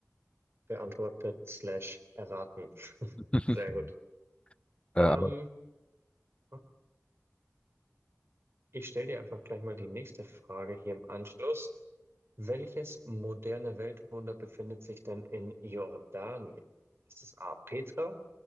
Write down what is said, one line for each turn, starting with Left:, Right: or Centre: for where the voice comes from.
Right: beantwortet slash erraten. <laughs>
Left: <laughs>
Right: Sehr gut.
Left: Äh,
Right: Ähm,
Left: aber
Right: okay. ich stelle dir einfach gleich mal die nächste Frage hier im Anschluss. Welches moderne Weltwunder befindet sich denn in Jordanien? Ist es A. Petra,